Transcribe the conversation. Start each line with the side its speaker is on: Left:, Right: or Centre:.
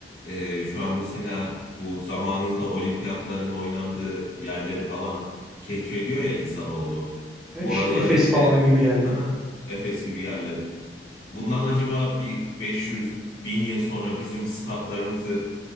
Left: e, şu an mesela bu zamanında olimpiyatların oynandığı yerleri falan keşfediyor ya insanoğlu.
Centre: E
Left: Oraları
Centre: İşte Efes
Left: işte
Centre: falan gibi yerler.
Left: <laughs> haha, Efes gibi yerleri. Bundan acaba bir 500 bin yıl sonra bizim statlarımızı